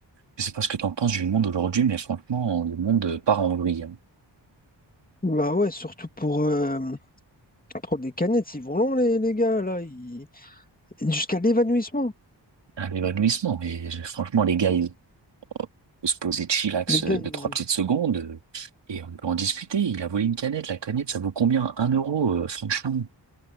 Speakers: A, on the right; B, on the left.
A: Je sais pas ce que t'en penses du monde aujourd'hui, mais franchement, le monde part en vrille. hein.
B: Bah ouais, surtout pour, euh, pour des canettes, ils vont long les, les gars, là, ils- jusqu'à l'évanouissement.
A: un évanouissement. Mais je- franchement, les gars, ils peuvent se poser de chillax
B: Les gars,
A: euh,
B: ils-
A: deux, trois petites secondes euh, et on peut en discuter. Il a volé une canette. La canette, ça vaut combien? Un euro, euh, franchement.